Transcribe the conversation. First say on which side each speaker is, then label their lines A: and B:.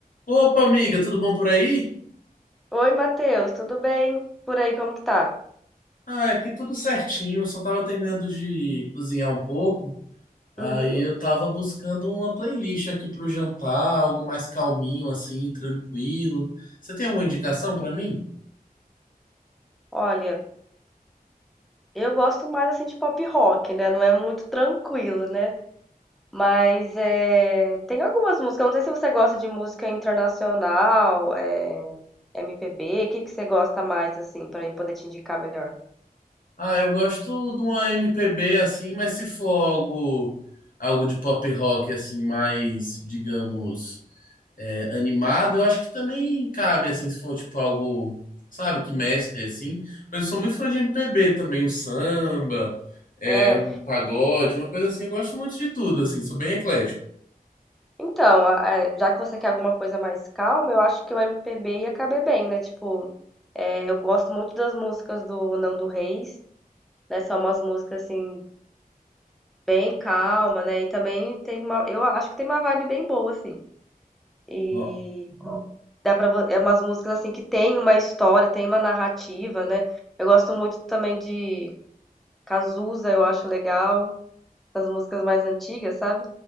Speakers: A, on the left; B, in the centre.
A: Opa, amiga, tudo bom por aí?
B: Oi, Matheus, tudo bem? Por aí, como que tá?
A: Ah, aqui tudo certinho. Eu só tava terminando de cozinhar um pouco. Aí
B: Uhum.
A: eu tava buscando uma playlist aqui pro jantar, algo mais calminho, assim, tranquilo. Você tem alguma indicação pra mim?
B: Olha, eu gosto mais assim de pop rock, né? Não é muito tranquilo, né? Mas é... tem algumas músicas. eu Não sei se você gosta de música internacional, é... MPB, o que que você gosta mais assim, pra mim poder te indicar melhor?
A: Ah, eu gosto de uma MPB assim, mas se for algo, algo de pop rock, assim, mais, digamos. é, animado, eu acho que também cabe, assim, se for tipo algo, sabe, que mescle, assim. Mas eu sou muito fã de MPB também, o samba, é,
B: É,
A: um pagode, uma coisa assim. Eu gosto muito de tudo, assim, sou bem eclético.
B: então, a- a- já que você quer alguma coisa mais calma, eu acho que o MPB ia caber bem, né? Tipo, é, eu gosto muito das músicas do Nando Reis, né? São umas músicas assim Bem calma, né, e também tem uma eu acho que tem uma vibe bem boa, assim. E
A: No-
B: dá para, é umas músicas, assim, que tem uma história, tem uma narrativa, né. Eu gosto muito também de Cazuza, eu acho legal, essas músicas mais antigas, sabe.